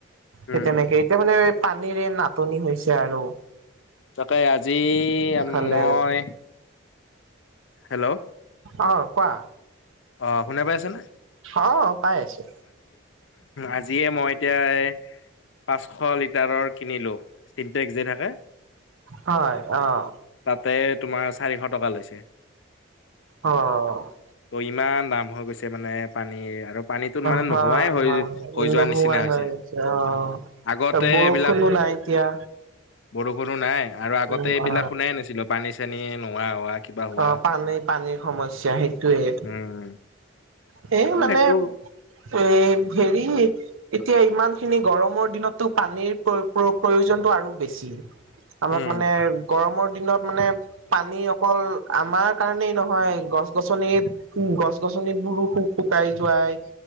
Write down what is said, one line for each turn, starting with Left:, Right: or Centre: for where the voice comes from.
Right: সেই
Left: উম,
Right: তেনেকে এতিয়া মানে পানীৰে নাটনি হৈছে আৰু
Left: তাকে আজি
Right: এইফালে
Left: মই হেল্ল'
Right: আহ কোৱা
Left: অ' শুনে পাই আছেনে?
Right: অ' পাই আছো।
Left: আজিয়ে মই এতিয়া পাঁচশ লিটাৰৰ কিনিলো। চিম্পে্ যে থাকে,
Right: হয় অ'।
Left: তাতে তোমাৰ চাৰিশ টকা লৈছে।
Right: অ'
Left: ত' ইমান দাম হৈ গৈছে মানে পানীৰ আৰু পানীটোত মানে
Right: হয়
Left: নোহোৱাই হৈ
Right: হয়
Left: হৈ যোৱাৰ
Right: নোহোৱা
Left: নিচিনা হৈছে।
Right: হৈ গৈছে অ
Left: আগতে
Right: বৰষুণো
Left: এইবিলাক
Right: নাই এতিয়া
Left: বৰষুণো নাই আৰু আগতে
Right: উম
Left: এইবিলাক
Right: অ
Left: শুনাই নাছিলোঁ, পানী, চানী নোহোৱা হোৱা কিবা হোৱা
Right: অ', পানেই-পানীৰ সমস্যা সেইটোৱে।
Left: উম
Right: সেই
Left: আৰু
Right: মানে
Left: সেইটো
Right: এই হেৰি এতিয়া ইমানখিনি গৰমৰ দিনতো পানীৰ প্ৰ-প্ৰ-প্ৰয়োজনটো আৰু বেছ চি, আমাক
Left: উম
Right: মানে গৰমৰ দিনত মানে পানী অকল আমাৰ কাৰণেই নহয়, গছ গছনিত-গছ গছ গছনিত বোৰো শু-শুকাই যোৱাই,